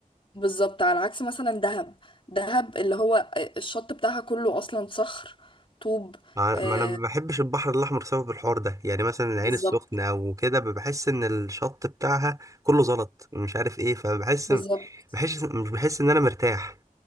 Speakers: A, on the left; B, on the right.
A: بالظبط على عكس مثلا دهب دهب اللي هو آه، الشط بتاعها كله أصلا صخر طوب
B: ع-
A: آه،
B: ما أنا ما بحبش البحر الأحمر بسبب الحوار ده يعني مثلا العين
A: بالظبط
B: السخنة أو كده بحس إن الشط بتاعها كله زلط مش عارف إيه فبحس
A: بالظبط
B: بحس مش بحس إن أنا مرتاح